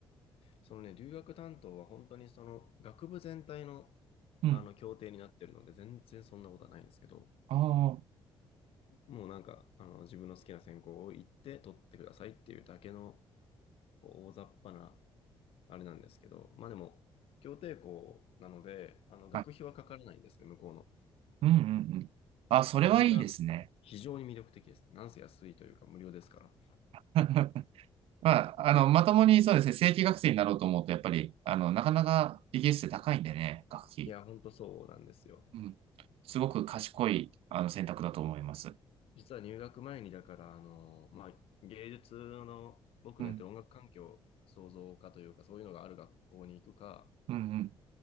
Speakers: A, on the left; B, on the right.
A: そのね、留学担当は本当にその学部全体の
B: うん。
A: あの協定になってるので、全然そんなことはないんですけど、
B: ああ、は
A: もうなんかあの自分の好きな専攻を行って取ってくださいっていうだけのこう大雑把なあれなんですけど、まあでも、協定校なので、あの学費はかからないんですね、
B: い。
A: 向こうの。
B: うんうんうん。あ、それはいいですね。
A: それが非常に魅力的ですね。なんせ安いというか無料ですから。
B: <laughs> まあ、あの、まともにそうですね、正規学生になろうと思うと、やっぱり、あの、なかなかイギリスって高いんでね、学費。
A: いや、ほんとそうなんですよ。
B: うん。すごく賢い、あの、選択だと思います。
A: 実は入学前に、だから、あの、まあ、芸術の、僕のやってる音楽環境創造科というか、
B: うん。
A: そういうのがある学校に行くか、
B: うんうん。